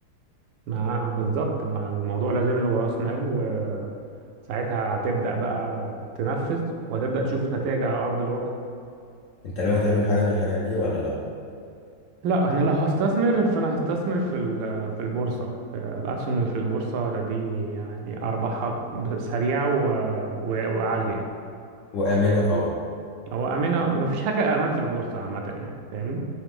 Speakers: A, on the right; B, on the left.
A: ما بالظبط ما الموضوع لازم له راس مال وساعتها هتبدأ بقى تنفذ وهتبدأ تشوف نتائج على أرض الواقع
B: أنت ناوي تعمل حاجة من الحاجات دي ولا لأ؟
A: لا انا لو هستثمر فانا هستثمر في ال- في البورصه في الاسهم اللي في البورصه ده دي يعني ارباحها سريعه و- و- وعاليه
B: وآمنة طبعا
A: هو امنه ما فيش حاجه امان في البورصه عامه يعني فاهمني